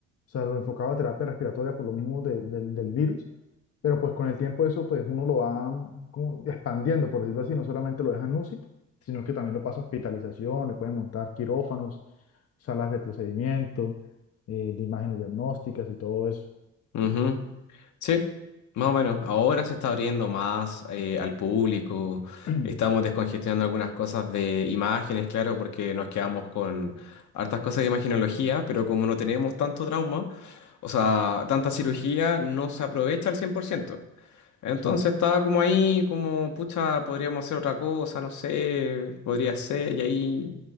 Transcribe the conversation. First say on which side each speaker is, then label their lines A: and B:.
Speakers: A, on the left; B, on the left.
A: sea, lo enfocado a terapia respiratoria por lo mismo de- del del virus, pero pues con el tiempo eso pues uno lo va mm, como expandiendo, por decirlo así, no solamente lo dejan UCI, sino que también lo pasa a hospitalización, le pueden montar quirófanos, salas de procedimiento, eh, de imágenes diagnósticas y todo eso.
B: Ujú. Sí, más o menos. Ahora se está abriendo más eh, al público.
A: <clears throat>
B: Estamos descongestionando algunas cosas de imágenes, claro, porque nos quedamos con hartas cosas de imagenología, pero como no tenemos tanto trauma, o sea, tanta cirugía, no se aprovecha al 100%. Entonces
A: Sí,
B: estaba como ahí, como, pucha, podríamos hacer otra cosa, no sé, podría ser, y ahí